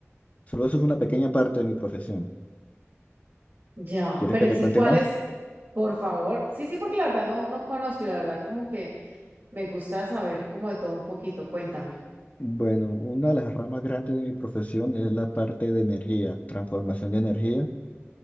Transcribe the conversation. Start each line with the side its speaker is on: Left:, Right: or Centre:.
Left: Solo eso es una pequeña parte de mi profesión.
Right: Ya,
Left: ¿Quieres
Right: pero
Left: que
Right: en
Left: te
Right: sí,
Left: cuente
Right: ¿cuál
Left: más?
Right: es? Por favor. Sí, sí, porque la verdad no, no conozco, y la verdad como que me gusta saber como de todo un poquito, cuéntame.
Left: Bueno, una de las ramas grandes de mi profesión es la parte de energía, transformación de energía.